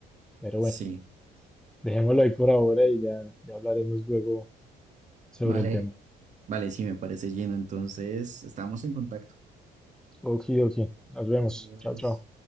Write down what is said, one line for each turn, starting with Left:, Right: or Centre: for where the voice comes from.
Centre: Pero
Right: Sí.
Centre: bueno, dejémoslo ahí por ahora y ya, ya hablaremos luego sobre
Right: Vale.
Centre: el tema.
Right: Vale, sí, me parece lleno. Entonces, estamos en contacto.
Centre: Okidoki. Nos vemos.
Right: Adiós.
Centre: Chao, chao.